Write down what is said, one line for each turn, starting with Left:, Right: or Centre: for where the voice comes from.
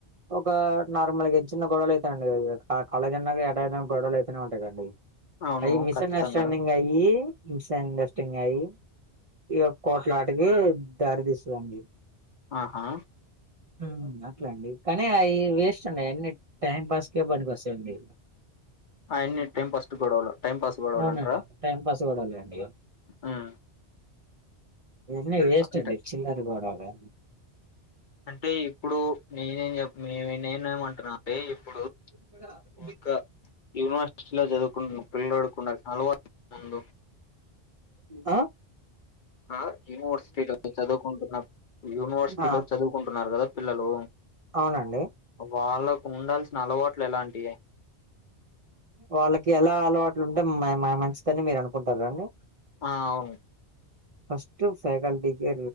Right: ఒక నార్మల్ గైతే చిన్న గొడవలు అయితయంటగ ఆ కాలేజ్ అన్నాక ఎడఅయినా గొడవలు అయితేనే ఉంటాయి కండి
Left: అవును
Right: అవి మిస్
Left: ఖచ్చితంగా
Right: అండర్స్టాండింగ్ అయి మిస్సుండెస్టాండింగ్ అయి ఇగ కోట్లాటకీ దారి తీస్తదండి
Left: ఆహా
Right: హామ్ అట్లే అండి కానీ అయి వేస్ట్ అండి అయన్ని టైం పాస్ కె పనికొస్తాయి చండీ
Left: ఆయన్ని టైం పాస్ట్ గొడవలు టైం పాస్ గొడవలు
Right: అవునండి
Left: అంటారా
Right: టైం పాస్ గొడవలే అండి ఇగ
Left: ఉమ్
Right: ఈయన్ని వేస్ట్
Left: అంటే
Right: అండి చిల్లరి గొడవలు
Left: అంటే ఇప్పుడు నేనేం నేను నేనేం అంటుననంటే ఇప్పుడు
Right: <unintelligible>
Left: ఇంకా యూనివర్సిటీ లో చదువుకు పిలోడుకుండాల్సిన అలవాట్ల ముందు
Right: ఆ
Left: ఆ యూనివర్సిటీలో చదువుకుంటున్న యూనివర్సిటీలో
Right: ఆ!
Left: చదువుకుంటున్నారు కదా పిల్లలు
Right: అవునండి
Left: వాళ్లకు ఉండాల్సిన అలవాట్లు ఎలాంటియి
Right: వాళ్లకి ఎలా అలవాటు ఉంటే మా- మా-మంచిదని మీరు అనుకుంటారండి
Left: ఆ అవును
Right: ఫస్ట్ ఫ్యాకల్టీ కే